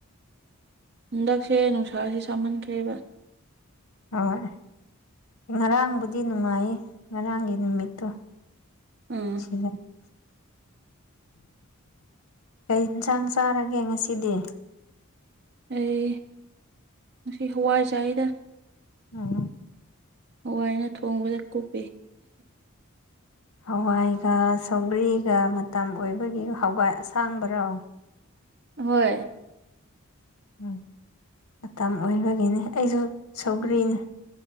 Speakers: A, on the right (about 50°); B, on the left (about 85°).
A: ꯍꯟꯗꯛꯁꯦ ꯅꯨꯡꯁꯥꯁꯦ ꯁꯥꯃꯟꯈ꯭ꯔꯦꯕ
B: ꯍꯣꯏ ꯉꯔꯥꯡꯕꯨꯗꯤ ꯅꯨꯡꯉꯥꯏꯌꯦ ꯉꯔꯥꯡꯒꯤ ꯅꯨꯃꯤꯠꯇꯣ <inaudible>
A: ꯎꯝ
B: ꯀꯩ ꯍꯦꯟꯁꯥꯡ ꯆꯥꯔꯒꯦ ꯉꯁꯤꯗꯤ
A: ꯑꯩ ꯉꯁꯤ ꯍꯋꯥꯏ ꯆꯥꯏꯑꯦꯗ
B: ꯑꯣ
A: ꯍꯋꯥꯏꯅ ꯊꯣꯡꯕꯗ ꯅꯀꯨꯞꯄꯤ
B: ꯍꯋꯥꯏꯒ ꯁꯧꯒ꯭ꯔꯤꯒ ꯃꯇꯝ ꯑꯣꯏꯕꯒꯤ ꯍꯧꯒꯥꯏ ꯑꯁꯥꯡꯕ꯭ꯔꯣ
A: ꯍꯣꯏ
B: ꯎꯝ ꯃꯇꯝ ꯑꯣꯏꯕꯒꯤꯅꯦ ꯑꯩꯁꯨ ꯁꯧꯒ꯭ꯔꯤꯅꯦ